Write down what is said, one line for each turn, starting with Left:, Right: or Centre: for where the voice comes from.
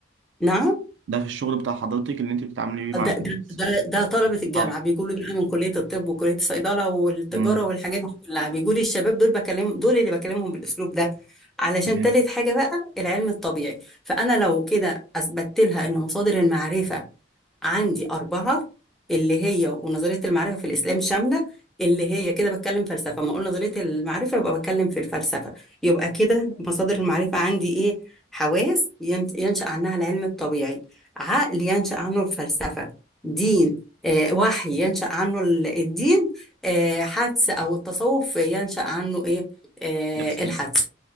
Centre: نعم
Right: ده في الشغل بتاع حضرتك اللي أنت بتتعاملي بيه مع
Centre: ده ده
Right: الناس
Centre: ده, ده طلبة الجامعة
Right: حاضر.
Centre: بيقولوا بقى من كلية الطب وكلية الصيدلة والتجارة
Right: مم.
Centre: والحاجات دي كلها بيقولي الشباب دول بكلم دول اللي بكلمهم بالأسلوب ده علشان
Right: تمام.
Centre: تالت حاجة بقى العلم الطبيعي فأنا لو كده أثبتت لها إن مصادر المعرفة عندي أربعة اللي هي ونظرية المعرفة في الإسلام شاملة اللي هي كده بتكلم فلسفة ما أقول نظرية المعرفة يبقى بتكلم في الفلسفة يبقى كده مصادر المعرفة عندي إيه حواس ين- ينشأ عنها العلم الطبيعي عقل ينشأ عنه الفلسفة دين آه وحي ينشأ عنه ال- الدين آه حدس أو التصوف ينشأ عنه إيه آه
Right: الإحسان
Centre: الحدس